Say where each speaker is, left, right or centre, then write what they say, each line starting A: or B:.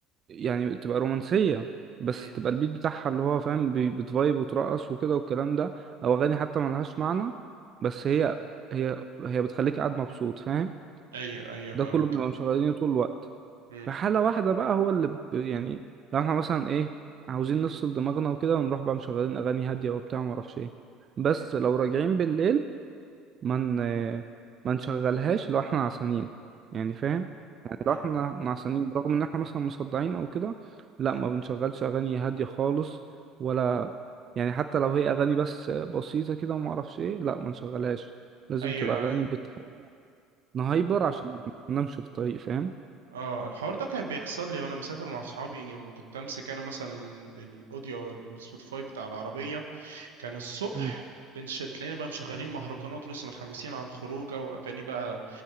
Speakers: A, on the right; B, on the right.
A: يعني تبقى رومانسيه بس
B: امم
A: تبقى البيت بتاعها اللي هو فاهم بي- بتفايب وترقص وكده والكلام ده او اغاني حتى ملهاش معنى بس
B: امم
A: هي هي هي بتخليك قاعد مبسوط فاهم
B: ايوه ايوه
A: ده
B: فاهمك
A: كله بنبقى مشغلينه طول الوقت
B: امم
A: في حالة واحدة بقى هو اللي ب... يعني لو احنا مثلا ايه عاوزين نفصل دماغنا وكده ونروح بقى مشغلين أغاني هادية وبتاع ومعرفش ايه بس
B: امم
A: لو راجعين بالليل ما من... ما نشغلهاش لو احنا عصانين يعني فاهم يعني
B: امم
A: لو احنا نعسانين رغم ان احنا مثلا مصدعين او كده لا
B: امم
A: ما بنشغلش أغاني هادية خالص ولا يعني حتى لو هي أغاني بس بسيطة كده ومعرفش ايه لا ما نشغلهاش لازم
B: ايوه
A: تبقى أغاني
B: ايوه
A: بتخ... نهايبر عشان ما ننامش في الطريق فاهم
B: اه الحوار ده كان بيحصل لي وانا مسافر مع صحابي لما كنت امسك انا مثلا الاوديو او السبوتيفاي بتاع العربيه كان الصبح
A: مم.
B: بنش... بتلاقينا بقى مشغلين مهرجانات ولسه متحمسين على الخروجه واغاني بقى